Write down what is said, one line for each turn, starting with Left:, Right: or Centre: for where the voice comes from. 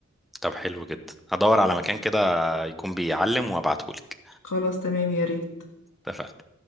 Centre: طب حلو جدا هدور على مكان كده يكون بيعلم وابعتهولك
Left: خلاص تمام يا ريت
Centre: اتفقنا